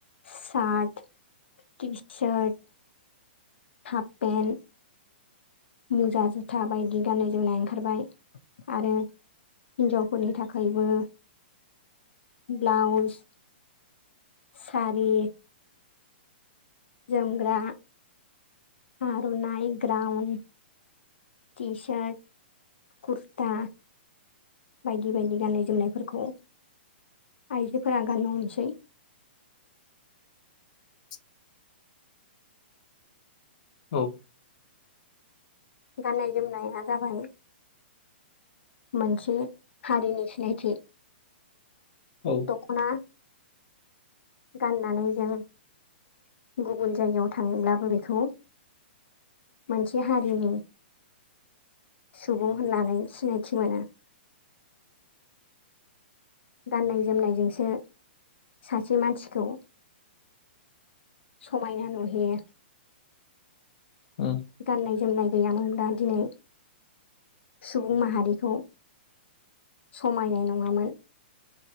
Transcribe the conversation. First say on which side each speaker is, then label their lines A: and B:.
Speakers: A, on the left; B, on the left.
A: shirt T shirt half pant मुजा जुथा बायदि गाननाय जोमनाय ओंखारबाय आरो हिनजावफोरनि थाखायबो ब्लाउस सारि जोमग्रा आर'नाय ग्राउन टिसार्ट कुरता बायदि बायदि गाननाय जोमनायफोरखौ आइजोफोरा गाननो हमसै।
B: <inaudible> औ
A: गाननाय जोमनाया जाबाय मोनसे हारिनि सिनायथि।
B: औ
A: दख'ना गाननानै जों गुबुन जायगायाव थाङोब्लाबो बेखौ मोनसे हारिनि सुबुं होननानै सिनायथि मोनो। गाननाय जोमनायजोंसो सासे मानसिखौ समायना नुहोयो।
B: उम
A: गाननाय जोमनाय गैयामोनब्ला दिनै सुबुं माहारिखौ समायनाय नङामोन।